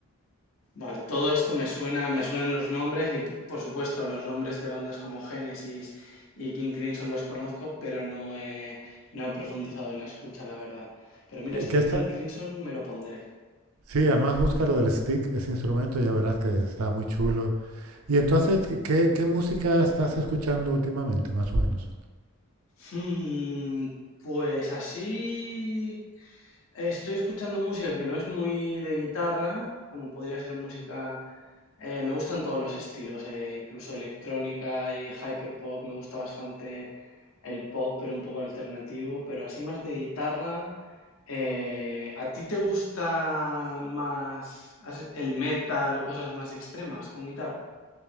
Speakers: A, on the left; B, on the right.
A: Vale, todo esto me suena, me suenan los nombres y por supuesto los nombres de bandas como Genesis y King Crimson los conozco, pero no he, no he profundizado en la escucha, la verdad. Pero mira,
B: Que,
A: este
B: que
A: de
B: está,
A: King Crimson me lo pondré.
B: sí, además busca lo del stick, ese instrumento, ya verás que está muy chulo. Y entonces, ¿qué, qué música estás escuchando últimamente, más o menos?
A: Hmm, pues así Estoy escuchando música que no es muy de guitarra, como podría ser música... eh, me gustan todos los estilos, eh, incluso electrónica y hyperpop. Me gusta bastante el pop, pero un poco alternativo. Pero así más de guitarra. eh, ¿a ti te gusta más has- el metal o cosas más extremas con guitarra?